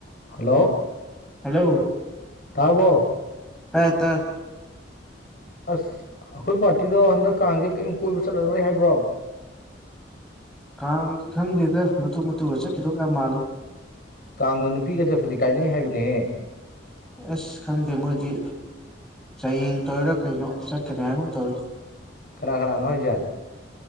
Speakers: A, on the left; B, in the centre.
A: hello
B: hello
A: ꯇꯥꯕ꯭ꯔꯣ
B: ꯇꯥꯌꯦ ꯇꯥꯌꯦ
A: ꯑꯁ ꯑꯈꯣꯏ ꯄꯥꯔꯇꯤꯗꯣ ꯍꯟꯗꯛ ꯀꯥꯡꯖꯦ ꯀꯩꯌꯝ ꯀꯣꯏꯕ ꯆꯠꯂꯔꯣꯏ ꯍꯥꯏꯕ꯭ꯔꯣ
B: ꯀꯥꯡꯖꯤ ꯈꯪꯗꯦꯗ ꯃꯇꯨ ꯃꯇꯨꯒ ꯆꯠꯈꯤꯗꯧ ꯌꯥꯝ ꯃꯥꯜꯂꯦ
A: ꯀꯥꯡꯗ ꯅꯨꯄꯤꯒ ꯆꯠꯄꯗꯤ ꯀꯥꯏꯅꯩ ꯍꯥꯏꯕꯅꯦꯍꯦ
B: ꯑꯁ ꯈꯪꯗꯦ ꯃꯣꯏꯗꯤ ꯆꯌꯦꯡ ꯇꯧꯔꯤꯔꯥ ꯀꯩꯅꯣ ꯆꯠꯀꯅꯤ ꯍꯥꯏꯒꯨꯝ ꯇꯧꯏ
A: ꯀꯅꯥ ꯀꯅꯥꯅꯣ ꯍꯥꯏꯖꯦ